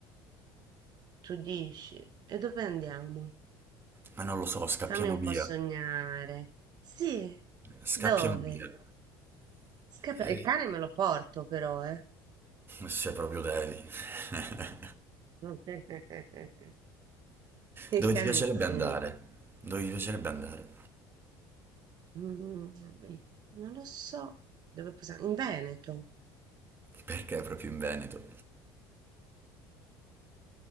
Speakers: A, on the right; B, on the right.
A: Tu dici, e dove andiamo?
B: Ma non lo so, scappiamo
A: Fammi un
B: via.
A: po' sognare. Sì,
B: Scappiamo
A: dove?
B: via.
A: Scappa-
B: Eh,
A: Il cane me lo porto però, eh.
B: se proprio devi. <laughs>
A: <laughs>
B: Dove
A: Il cane
B: ti piacerebbe
A: sì.
B: andare? Dove ti piacerebbe andare?
A: Mm, Non lo so. Dove possiamo? In Veneto.
B: Perché proprio in Veneto?